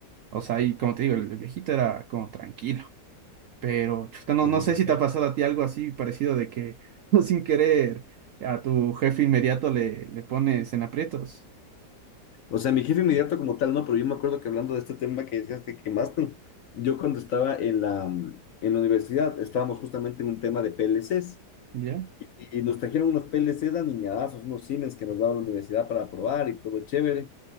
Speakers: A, on the right; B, on the left.
A: O sea, y como te digo, el, el viejito era como tranquilo. Pero, chuta, no,
B: Lo
A: no
B: siento,
A: sé si te
B: ya.
A: ha pasado a ti algo así parecido de que, <laughs> sin querer, a tu jefe inmediato le, le pones en aprietos.
B: O sea, mi jefe inmediato como tal, no, pero yo me acuerdo que hablando de este tema que decías que quemaste, yo cuando estaba en la, mm, en la universidad, estábamos justamente en un tema de PLCs
A: ¿Ya?
B: y nos trajeron unos PLCs aniñadazos, unos Siemens que nos daban la universidad para probar y todo chévere.